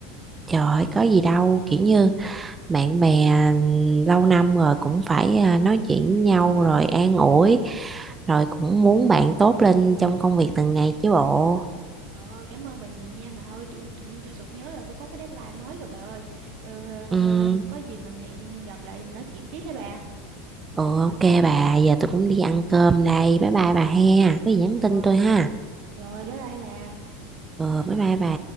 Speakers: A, on the right (about 20°); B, on the right (about 60°).
A: trời ơi, có gì đâu kiểu như bạn bè lâu năm rồi cũng phải à, nói chuyện với nhau rồi an ủi rồi cũng muốn bạn tốt lên trong công việc từng ngày chứ bộ
B: Trời ơi, cảm ơn bà nhiều nha mà thôi tự, tự nhiên tôi sực nhớ là tôi có cái deadline mới rồi bà ơi. Ờ,
A: ừ
B: ờ, có gì mình hẹn gặp lại mình nói chuyện tiếp với bà.
A: ừ ok bà giờ tôi cũng đi ăn cơm đây bye bye bà he có gì nhắn
B: Rồi,
A: tin tôi ha
B: rồi bye bye bà.
A: ừ bye bye bà